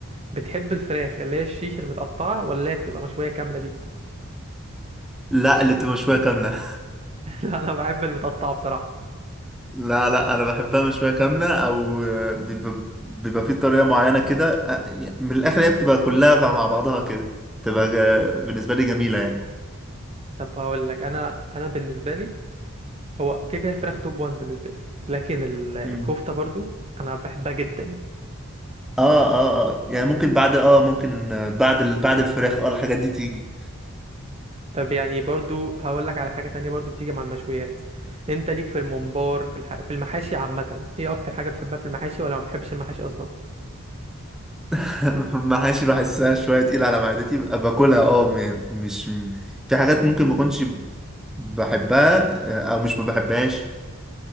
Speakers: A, on the right; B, in the centre.
A: بتحب الفراخ اللي هي الشيش المتقطعه ولا اللي هي بتبقى مشويه كامله دي
B: لا اللي بتبقى مشويه كامله
A: <laughs> لا انا بحب المتقطعه بصراحه
B: لا لا انا بحبها مشويه كامله او آه، بيبقى, بيبقى في طريقه معينه كده آه، من الاخر هي بتبقى كلها مع بعضها كده بتبقى بالنسبه لي جميله يعني
A: طب هقول لك انا انا بالنسبه لي هو كده كده الفراخ توب 1 بالنسبه لي لكن ال- الكفته
B: مم.
A: برضو انا بحبها جدا
B: اه اه اه يعني ممكن بعد اه ممكن آه، بعد ال- بعد الفراخ اه الحاجات دي تيجي
A: طب يعني برضو هقول لك على حاجه تانية برضو بتيجي مع المشويات انت ليك في الممبار في الح... في المحاشي عامه ايه اكتر حاجه بتحبها في المحاشي ولا ما بتحبش المحاشي اصلا
B: <laughs> محاشي بحسها شويه تقيله على معدتي ببقى باكلها اه م- مش في حاجات ممكن ما اكونش بحبها آه، او مش ما بحبهاش